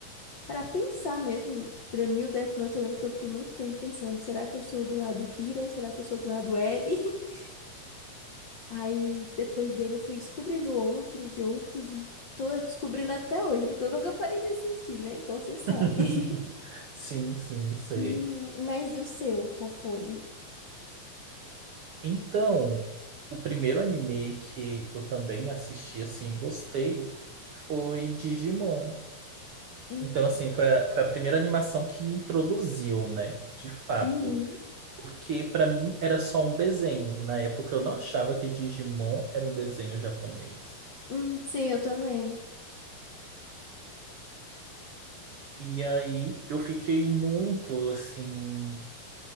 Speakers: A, on the left (about 50°); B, on the right (about 80°).
A: Pra pensar mesmo, pra mim o Death Note, eu lembro que eu fiquei muito tempo pensando, será que eu sou do lado Kira? Será que eu sou do lado L? <laughs> Aí depois dele eu fui descobrindo outros e outros e tô descobrindo até hoje, porque eu nunca parei de assistir, né? Igual você
B: <laughs>
A: sabe. <laughs>
B: Sim, sim, sei.
A: Hum, mas e o seu? Qual foi?
B: Então, o primeiro anime que eu também assisti assim e gostei foi Digimon.
A: Hum,
B: Então, assim, foi a, foi a primeira animação que me introduziu, né? De fato.
A: uhum,
B: Porque pra mim era só um desenho. Na época eu não achava que Digimon era um desenho japonês.
A: hum, sim, eu também.
B: E aí eu fiquei muito assim